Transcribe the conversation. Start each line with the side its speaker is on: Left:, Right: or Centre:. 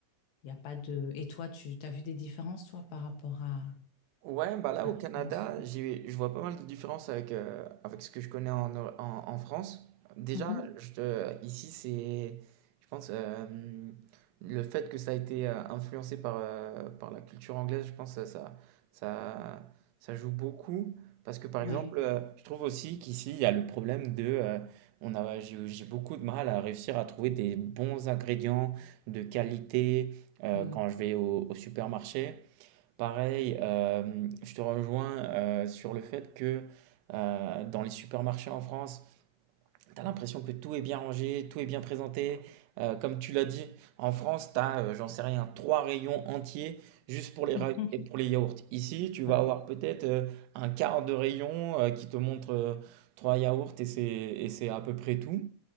Left: il n'y a pas de... Et toi, tu as vu des différences, toi, par rapport à,
Right: Ouais, bah là
Left: à
Right: au
Left: la
Right: Canada,
Left: France?
Right: j'ai, je vois pas mal de différences avec, euh, avec ce que je connais en, Euro- en, en France. Déjà,
Left: ouais. Mhm.
Right: je te- ici, c'est, je pense, euh, le fait que ça a été euh, influencé par, euh, par la culture anglaise, je pense que ça, ça, ça joue beaucoup. Parce que par
Left: Ouais,
Right: exemple, euh, je trouve aussi qu'ici, il y a le problème de... euh, on a, j'ai j'ai beaucoup de mal à réussir à trouver des bons ingrédients de qualité euh,
Left: ouais.
Right: quand je vais au au supermarché. Pareil, hem, je te rejoins, heu, sur le fait que, heu, dans les supermarchés en France, tu as l'impression que tout est bien rangé, tout est bien présenté. Heu, comme tu l'as dit, en France, tu as, j'en sais rien, 3 rayons entiers juste pour les
Left: <laughs> Mhm.
Right: ra et pour les yaourts. Ici, tu vas
Left: Ouais,
Right: avoir peut-être, heu, 1/4 de rayon, heu, qui te montre, heu, 3 yaourts et c'est et c'est à peu près tout.